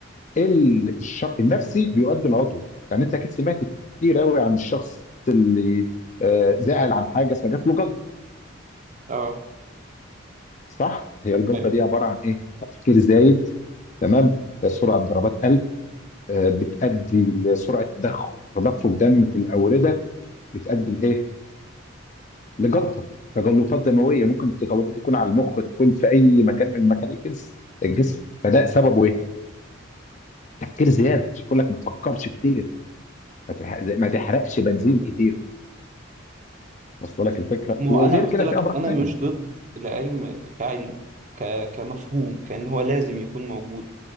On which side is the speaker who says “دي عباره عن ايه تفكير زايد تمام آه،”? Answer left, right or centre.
Left